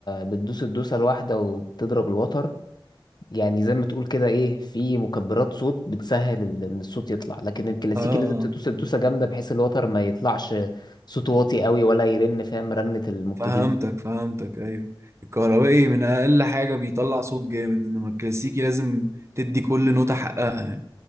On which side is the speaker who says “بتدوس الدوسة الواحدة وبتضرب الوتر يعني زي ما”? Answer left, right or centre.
Left